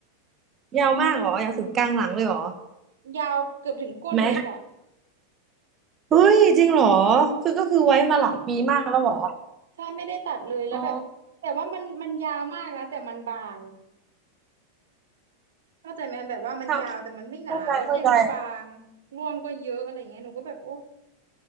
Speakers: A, on the right (about 25°); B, on the right (about 60°).
A: ยาวมากเหรอยาวถึงกลางหลังเลยเหรอ
B: ยาวเกือบถึงก้นเลยค่ะ
A: ไหมเฮ้ยจริงเหรอคือก็คือไว้มาหลายปีมากแล้วเหรอ
B: ใช่ ใช่ไม่ได้ตัดเลยแล้วแบบแต่ว่ามันมันยาวมากนะแต่มันบาง
A: อ๋อ
B: เข้าใจไหมแบบว่ามันยาวแต่มันไม่หนาแล้วเส้นก็บาง
A: เข้าเข้าใจเข้าใจ
B: ร่วงก็เยอะอะไรเงี้ยหนูก็แบบโอ้